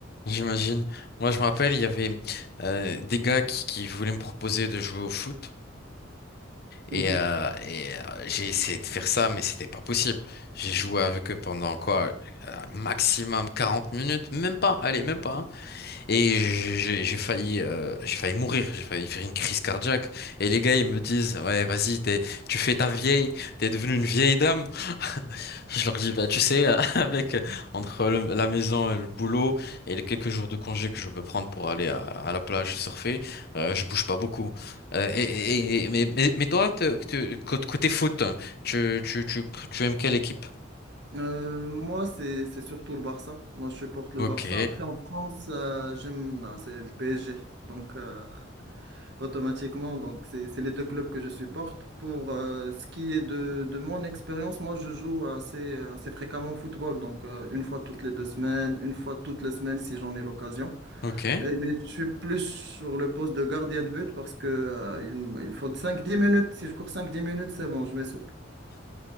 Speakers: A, on the left; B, on the right.
A: j'imagine. Moi, je me rappelle, il y avait euh, des gars qui, qui voulaient me proposer de jouer au foot.
B: Mhm.
A: Et, euh, et, euh, j'ai essayé de faire ça, mais c'était pas possible. J'ai joué avec eux pendant quoi? euh, maximum 40 minutes, même pas. Allez, même pas. hein. Et j'ai j'ai- failli, euh, j'ai failli mourir, j'ai failli faire une crise cardiaque. Et les gars, ils me disent, ouais, vas-y, t'es, tu fais ta vieille, t'es devenue une vieille dame. <laughs> Je leur dis, bah, tu sais, <laughs> avec euh, entre le- la maison et le boulot et les quelques jours de congé que je peux prendre pour aller à, à la plage surfer, euh, je bouge pas beaucoup. Euh, et, et- et- mais, mais, mais toi, te- te- côté côté foot, tu, tu, tu, tu aimes quelle équipe?
B: Euh, moi, c'est c'est surtout le Barça. Moi, je supporte le
A: Ok,
B: Barça. Après, en France, euh, j'aime, ah, c'est le PSG. Donc, euh, automatiquement, donc c'est c'est les deux clubs que je supporte. Pour euh, ce qui est de, de mon expérience, moi, je joue assez, assez fréquemment au football. Donc, euh, une fois toutes les deux semaines, une fois toutes les semaines si j'en ai l'occasion.
A: ok.
B: Et- Mais je suis plus sur le poste de gardien de but parce que euh, il, il faut cinq dix minutes. Si je cours cinq dix minutes, c'est bon, je m'essouffle.